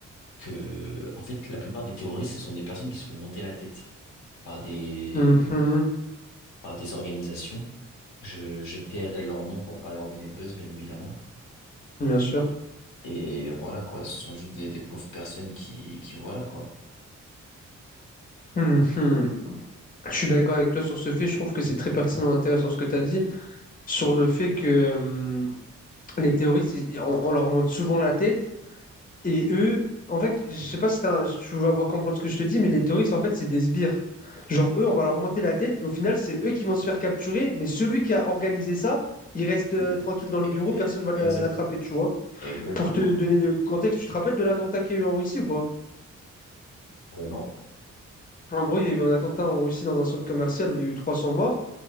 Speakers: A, on the left (about 80°); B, on the left (about 25°).
A: Que, en fait, la plupart des terroristes, ce sont des personnes qui se font monter la tête par des,
B: Mhm,
A: par des organisations. Je, je tairai leur nom pour pas leur donner le buzz, bien évidemment.
B: bien sûr.
A: Et voilà quoi, ce sont juste des, des pauvres personnes qui, qui voilà quoi.
B: Mhm. Je suis d'accord avec toi sur ce fait. Je trouve que c'est très pertinent et intéressant ce que tu as dit sur le fait que euh, les terroristes, ils- on, on leur monte souvent la tête Et eux, en fait, je sais pas si t'as un- tu vas avoir comprendre ce que je te dis, mais les terroristes, en fait, c'est des sbires. Genre, eux, on va leur monter la tête et au final, c'est eux qui vont se faire capturer, mais celui qui a organisé ça, il reste euh,
A: Et-
B: tranquille dans le bureau,
A: et-
B: personne va l'a-
A: Exact,
B: l'attraper, tu vois.
A: exactement.
B: Pour te donner le contexte, tu te rappelles de l'attentat qu'il y a eu en Russie ou pas?
A: Euh, non.
B: En gros, il y a eu un attentat en Russie dans un centre commercial où il y a eu 300 morts.